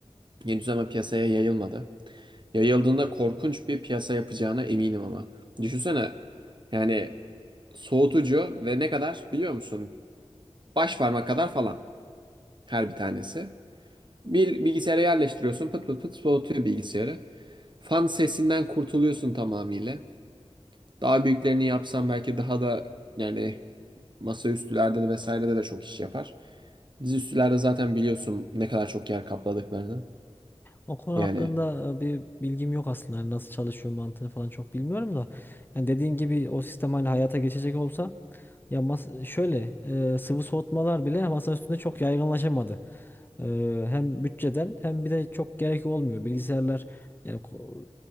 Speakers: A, on the right; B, on the left.
A: Henüz ama piyasaya yayılmadı. Yayıldığında korkunç bir piyasa yapacağına eminim ama. Düşünsene yani soğutucu ve ne kadar biliyor musun? Baş parmak kadar falan her bir tanesi. Bir bilgisayara yerleştiriyorsun pıt pıt pıt soğutuyor bilgisayarı. Fan sesinden kurtuluyorsun tamamıyla. Daha büyüklerini yapsam belki daha da yani masaüstülerde de vesairede de çok iş yapar. Dizüstülerde zaten biliyorsun ne kadar çok yer kapladıklarını.
B: O konu
A: Yani
B: hakkında e, bir bilgim yok aslında. Yani nasıl çalışıyor mantığını falan çok bilmiyorum da. Yani dediğin gibi o sistem hani hayata geçecek olsa ya mas- şöyle e, sıvı soğutmalar bile masa üstünde çok yaygınlaşamadı. E, hem bütçeden hem bir de çok gerek olmuyor. Bilgisayarlar yani ko-